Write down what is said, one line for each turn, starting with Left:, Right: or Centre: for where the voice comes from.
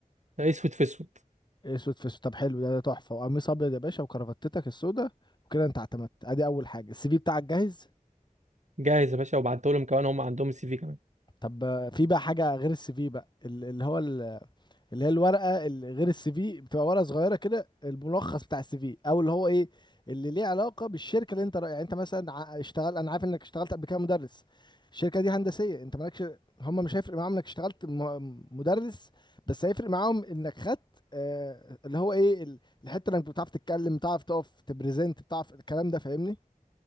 Right: اسود في اسود
Left: إيه اسود في اسود طب حلو ده, ده تحفه وقميص ابيض يا باشا وكرافتتك السودا وكده انت اعتمدت ادي اول حاجه السي في بتاعك جاهز
Right: جاهز يا باشا وبعته لهم كمان هم عندهم السي في كمان
Left: طب آه، في بقى حاجه غير السي في بقى ال- اللي هو ال- اللي هي الورقه اللي غير السي في بتبقى ورقه صغيره كده الملخص بتاع السي في او اللي هو ايه اللي ليه علاقه بالشركه اللي انت را- يعني انت مثلا ع- اشتغل انا عارف انك اشتغلت قبل كده مدرس الشركه دي هندسيه انت مالكش هم مش هيفرق معاهم انك اشتغلت م- مدرس بس هيفرق معاهم انك خدت آه اللي هو ايه ال- الحته انك بتعرف تتكلم بتعرف تقف تبريزنت بتعرف الكلام ده فاهمني